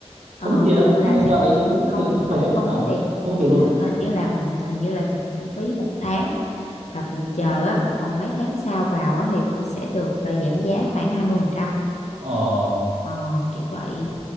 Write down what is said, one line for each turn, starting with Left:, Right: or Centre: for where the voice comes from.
Right: có
Left: Ờ,
Right: mất tiền không
Left: là
Right: nếu
Left: sẽ
Right: vào đấy có
Left: không
Right: mất tiền không
Left: không
Right: phải thanh
Left: không
Right: à,
Left: mất tiền
Right: không mất tiền luôn
Left: Th- hình như là hình như là được miễn phí một tháng và phòng chờ á còn mấy tháng sau vào á, thì sẽ được ờ, giảm giá khoảng 20%
Right: ờ
Left: Ờ, kiểu vậy